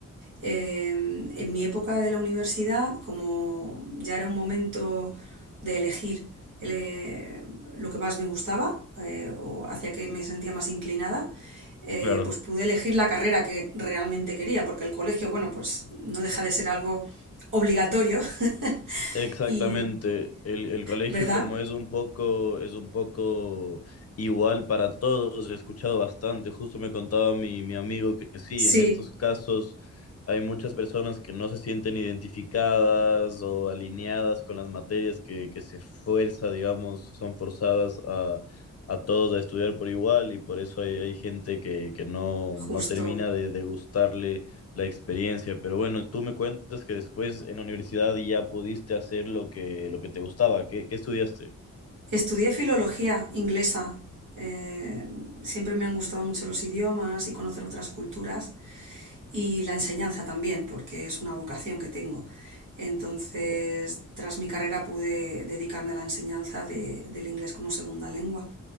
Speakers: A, on the right (about 80°); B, on the left (about 50°).
A: Eh, en mi época de la universidad, como ya era un momento de elegir el, eh, lo que más me gustaba eh, o hacia que me sentía más inclinada, eh,
B: Claro.
A: pues pude elegir la carrera que realmente quería, porque el colegio, bueno, pues no deja de ser algo obligatorio <laughs>
B: Exactamente,
A: y,
B: el, el colegio
A: ¿verdad?
B: como es un poco, es un poco igual para todos, he escuchado bastante, justo me contaba mi, mi amigo que sí,
A: Sí,
B: en estos casos hay muchas personas que no se sienten identificadas o alineadas con las materias que, que se fuerza, digamos, son forzadas a, a todos a estudiar por igual y por eso hay, hay gente que, que no, no
A: justo.
B: termina de, de gustarle la experiencia, pero bueno, tú me cuentas que después en la universidad ya pudiste hacer lo que, lo que te gustaba. ¿Qué, qué estudiaste?
A: Estudié filología inglesa. eh, siempre me han gustado mucho los idiomas y conocer otras culturas y la enseñanza también, porque es una vocación que tengo. Entonces,
B: Oh,
A: tras mi carrera pude dedicarme a la enseñanza de- del inglés como segunda lengua.